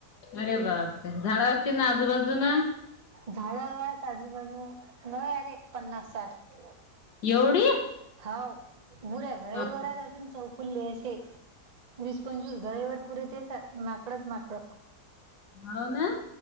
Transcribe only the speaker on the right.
झाडात आजूबाजू न आले पन्नास, साठ
हाव बुऱ्या घराईवातर
आहे अजून चौक फुल्ले असे वीस पंचवीस घरवर पुरे तेच आहेत माकडंच माकडं